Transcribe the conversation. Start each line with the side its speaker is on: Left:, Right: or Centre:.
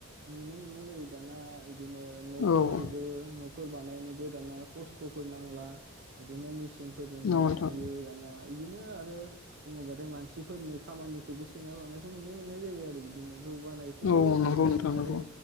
Right: नुनो मोनो मोननाय जायो दाना इदिनो न'फोरखौबो
Left: औ औ
Right: फोर बानायनोबो दाना खस्थ'फोर नांला बिदिनो मिसिन फोरजोंनो
Left: नोंथां
Right: बानायो दाना इदिनो आरो बुङोबाथाय मानसिफोरनि खामानिखौबो से ना लानायखौ नुनो मोननाय जायो आरो बिदिनो जौगानायखौबो
Left: औ
Right: नुयो
Left: नंगौ नोंथां
Right: आरो
Left: नंगौ